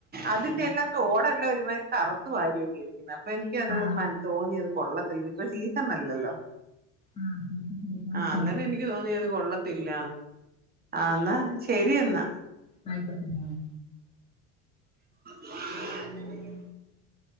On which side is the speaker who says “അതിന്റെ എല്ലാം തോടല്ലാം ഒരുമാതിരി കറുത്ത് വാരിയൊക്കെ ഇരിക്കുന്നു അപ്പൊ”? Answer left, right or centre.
Right